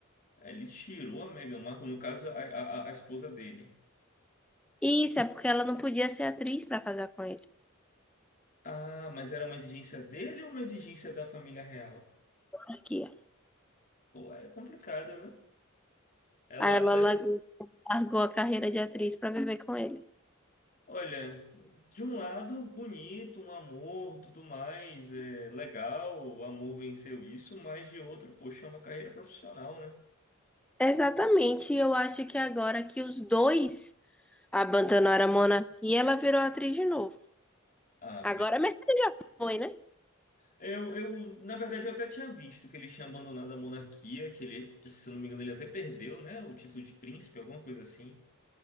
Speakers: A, on the left; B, in the centre.
A: Ele tirou a Meghan Markle, no caso, a, a a- a esposa dele.
B: E isso é porque ela não podia ser atriz pra casar com ele.
A: Ah, mas era uma exigência dele ou uma exigência da família real?
B: Aqui, ó.
A: Pô, aí é complicado, viu? Ela,
B: Aí ela
A: ela-
B: largou largou a carreira de atriz pra viver com ele.
A: olha, de um lado, bonito, um amor, tudo mais, é legal, o amor venceu isso, mas de outro, poxa, é uma carreira profissional, né?
B: Exatamente. E eu acho que agora que os dois abandonaram a monarquia, ela virou atriz de novo.
A: Ah, be-
B: Agora é Mercedes, Moe, né?
A: eu, eu, na verdade, eu até tinha visto que ele tinha abandonado a monarquia, que ele, se eu não me engano, ele até perdeu, né? O título de príncipe, alguma coisa assim.